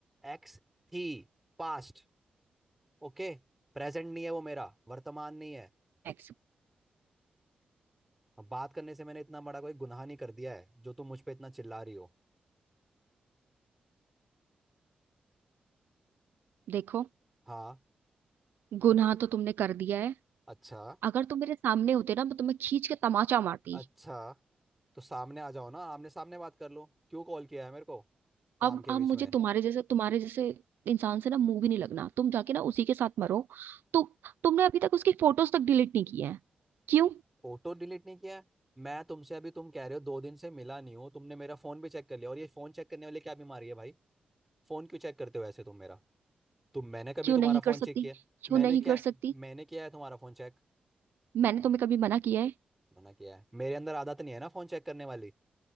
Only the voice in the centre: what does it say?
एक्स थी पास्ट ओके प्रेजेंट नहीं है वो मेरा वर्तमान नहीं है
बात करने से मैंने इतना बड़ा कोई गुनाह नहीं कर दिया है जो तुम मुझ पे इतना चिल्ला रही हो
हाँ
अच्छा
अच्छा तो सामने आ जाओ ना आमने सामने बात कर लो क्यों कॉल किया है मेरे को काम
के
बीच
में
फोटो डिलीट नहीं किया है मैं तुमसे अभी तुम कह रहे हो दो दिन से मिला नहीं हो तुमने मेरा फोन भी चेक कर लिया और ये फोन चेक करने वाले क्या बीमारी है भाई फोन क्यों चेक करते हो ऐसे तुम मेरा तुम मैंने कभी
तुम्हारा
फोन
चेक किया
मैंने
क्या
मैंने किया है तुम्हारा फोन चेक
मना किया है मेरे अंदर आदत नहीं है ना फोन चेक करने वाली